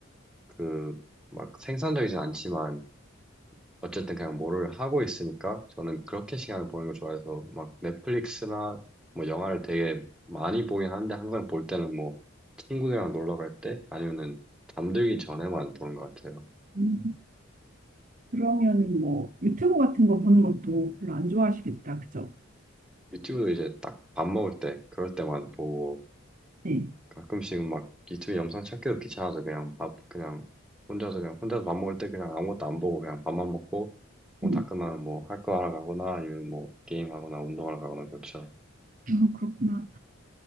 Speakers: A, in the centre; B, on the right (about 40°).
A: 그 막 생산적이진 않지만 어쨌든 그냥 뭐를 하고 있으니까 저는 그렇게 시간을 보는 걸 좋아해서 막 넷플릭스나 뭐 영화를 되게 많이 보긴 하는데 항상 볼 때는 뭐 친구들이랑 놀러 갈 때 아니면은 잠들기 전에만 보는 것 같아요.
B: 음, 그러면은 뭐 유튜브 같은 거 보는 것도 별로 안 좋아하시겠다, 그죠?
A: 유튜브도 이제 딱 밥 먹을 때 그럴 때만 보고
B: 네.
A: 가끔씩 막 유튜브 영상 찾기도 귀찮아서 그냥 밥 그냥 혼자서 그냥 혼자서 밥 먹을 때 그냥 아무것도 안 보고 그냥 밥만 먹고 뭐
B: 음.
A: 다 끝나면 뭐 할 거 하러 가거나 아니면 뭐 게임하거나 운동하러 가거나 그렇죠.
B: 아, 그렇구나.